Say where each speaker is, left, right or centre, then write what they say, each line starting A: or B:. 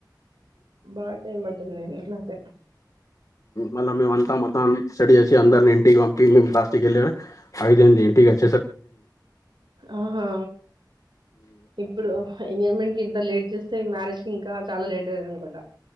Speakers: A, on the right; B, on the left.
A: బా టైం పటింది అట్లైతే
B: మళ్ళ మెమంతా మొత్తం అని తీస్ సెట్ చేసి అందరిని ఇంటికి పంపి మేము లాస్ట్కీ ఐదు అయింది ఇంటికచ్చ
A: ఆహా ఇప్పుడు ఇగ మీకింత లేట్ చేస్త సే మ్యారేజ్ కి ఇంకా చాలా లేట్ అయితది అనుకుంటా